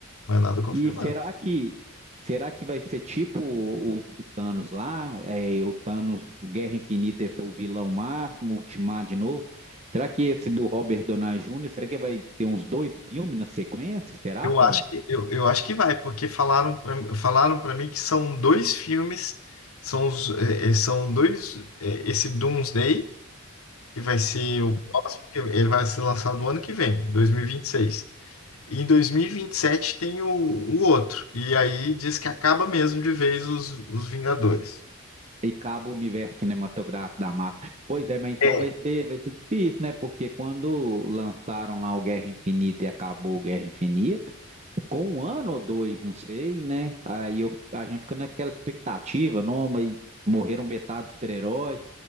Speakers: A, on the left; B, on the right.
A: Não é nada confirmado.
B: E será que será que vai ser tipo o, o Thanos lá? É, o Thanos, o Guerra Infinita foi o vilão máximo, o Ultimato de novo. Será que esse do Robert Downey Jr., será que vai ter uns dois filmes na sequência? Será,
A: Eu
B: pá?
A: acho que, eu, eu acho que vai, porque falaram para falaram para mim que são dois filmes, são, os, eh, eh, são dois, eh, esse Doomsday, que vai ser o, ele vai ser lançado ano que vem, 2026. E em 2027 tem o, o outro. E aí diz que acaba mesmo de vez os, os Vingadores.
B: e acaba o universo cinematográfico da Marvel. Pois é, mas então
A: É,
B: vai ser, vai ser difícil, né? Porque quando lançaram lá o Guerra Infinita e acabou o Guerra Infinita, ficou um ano ou dois, não sei, né? Aí eu, a gente fica naquela expectativa, não, mas morreram metade dos super-heróis.